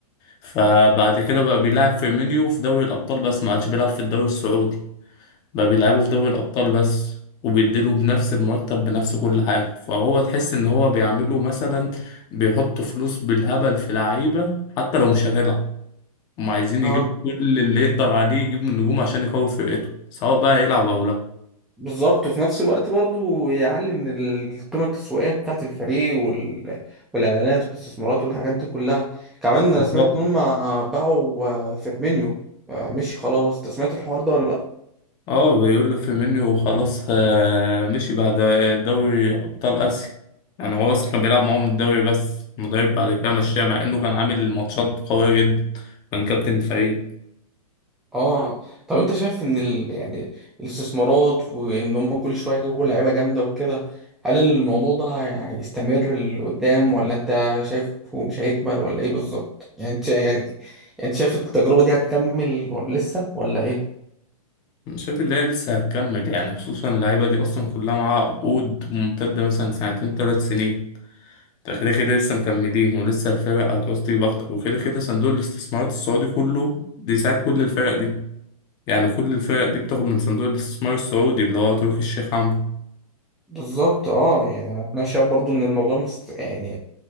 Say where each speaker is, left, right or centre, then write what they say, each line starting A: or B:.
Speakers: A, on the left (about 20°); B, in the centre.
A: فبعد كده بقى بيلعب فيرمينيو في دوري الأبطال بس ما عادش بيلعب في الدوري السعودي بقى بيلعبه في دوري الأبطال بس وبيديله بنفس المرتب بنفس كل حاجة فهو تحس إن هو بيعمله مثلا بيحط فلوس بالهبل في لعيبة حتى لو مش هتلعب هم عايزين
B: اه
A: يجيبوا كل اللي يقدر عليه يجيب من نجوم عشان يقوي فرقته سواء بقى هيلعب أو لأ
B: بالظبط وفي نفس الوقت برضو يعلي من القيمة التسويقية بتاعة الفريق وال... والإعلانات والاستثمارات والحاجات دي كلها كمان أنا
A: بالظبط
B: سمعت إن هم باعوا آه، فيرمينيو آه، مشي خلاص أنت سمعت الحوار ده ولا لأ؟
A: اه بيقول له فيرمينيو خلاص آه، مشي بعد دوري ابطال اسيا يعني هو اصلا كان بيلعب معاهم الدوري بس المدرب بعد كده مشاه مع انه كان عامل ماتشات قويه جدا كان كابتن الفريق
B: اه طب انت شايف ان ال... يعني الاستثمارات وان هم كل شويه يجيبوا لعيبه جامده وكده هل الموضوع ده هيستمر لقدام ولا انت شايفه مش هيكمل ولا ايه بالظبط يعني انت يعني انت شايف التجربه دي هتكمل ولا لسه ولا ايه
A: أنا شايف ان هي لسه هتكمل يعني خصوصا اللعيبه دي اصلا كلها معاها عقود ممتده مثلا سنتين ثلاث سنين ده كده كده لسه مكملين ولسه الفرق هتعوز تجيب اكتر وكده كده صندوق الاستثمارات السعودي كله بيساعد كل الفرق دي يعني كل الفرق دي بتاخد من صندوق الاستثمار السعودي اللي هو تركي الشيخ عمرو
B: بالظبط اه يعني انا شايف برضو ان الموضوع مست... يعني